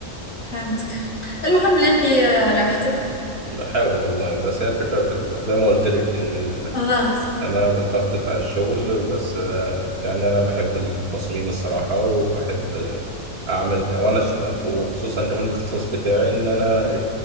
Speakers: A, on the left; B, on the right.
A: فهمتك المهم لاقي آه، راحتك
B: بحاول والله بس هي الفكرة في ال... زي ما قلت لك ان
A: الضغط
B: لأن أنا الضغط بتاع الشغل بس آه، يعني أنا بحب التصميم الصراحة وبحب أعمل وأنا ش... وخصوصا كمان الاختصاص بتاعي إن أنا